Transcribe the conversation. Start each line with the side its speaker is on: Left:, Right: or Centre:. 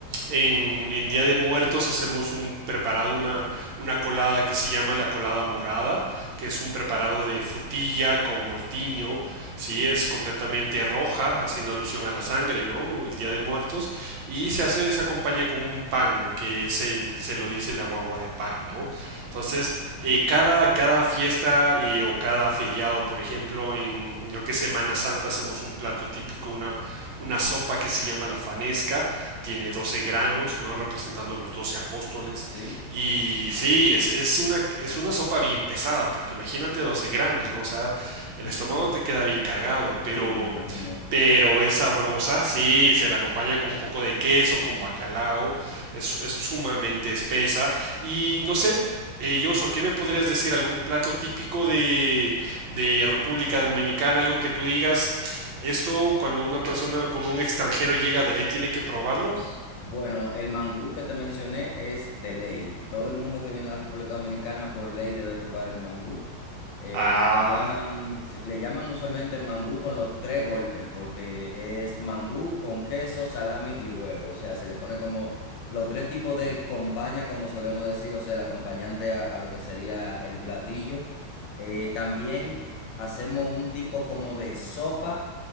Right: en, en, Día de Muertos hacemos un preparado, una, una colada que se llama la colada morada, que es un preparado de frutilla con mortiño, sí, es completamente roja, haciendo alusión a la sangre, ¿no? El Día de Muertos, y se hace, se acompaña con un pan, que es el, se lo dice la guagua de pan, ¿no? Entonces, eh, cada, cada fiesta eh, o cada feriado, por ejemplo, en lo que es Semana Santa hacemos un plato típico, una, una sopa que se llama la fanesca, tiene 12 granos, ¿no? Representando a los 12 apóstoles.
Left: ¿Sí?
Right: Y sí, es, es una, es una sopa bien pesada, porque imagínate 12 granos, ¿no? O sea, el
Left: <laughs>
Right: estómago te queda bien cargado, pero...
Left: Sí, me imagino.
Right: Pero es sabrosa, sí, se la acompaña con un poco de queso, con bacalao, es, es sumamente espesa. Y no sé, eh, Joshua, ¿qué me podrías decir? ¿Algún plato típico de, de República Dominicana? Algo que tú digas, esto cuando una persona con un extranjero llega de ley tiene que probarlo.
Left: Bueno, el mangú que te mencioné es de ley. Todo el mundo que viene a la República Dominicana por ley debe probar el mangú. Eh,
Right: Ah,
Left: le llaman, se- le llaman usualmente mangú con los tres golpes, porque es mangú con queso, salami y huevo. O sea, se le pone como los tres tipos de compañía, como solemos decir, o sea, el acompañante a, a lo que sería el platillo. Eh, también hacemos un tipo como de sopa.